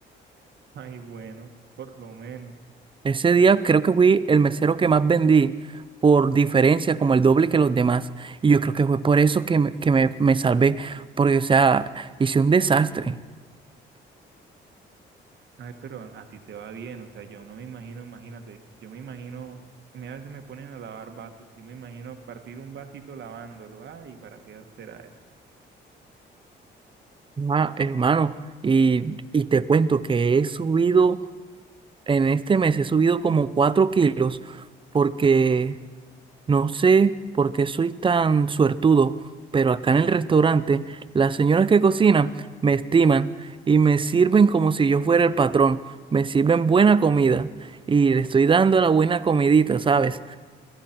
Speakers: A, on the right; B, on the right.
A: Ay, bueno, por lo menos.
B: Ese día creo que fui el mesero que más vendí, por diferencia, como el doble que los demás. Y yo creo que fue por eso que me, que me, me salvé, porque, o sea, hice un desastre,
A: Ay, pero a, a ti te va bien, o sea, yo no me imagino, imagínate, yo me imagino, a mí a veces me ponen a lavar vasos, yo me imagino partir un vasito lavándolo, ay, ¿para qué será eso?
B: Ah, hermano. Y, y te cuento que he subido, en este mes he subido como cuatro kilos, porque... No sé por qué soy tan suertudo, pero acá en el restaurante las señoras que cocinan me estiman y me sirven como si yo fuera el patrón. Me sirven buena comida y le estoy dando la buena comidita, ¿sabes?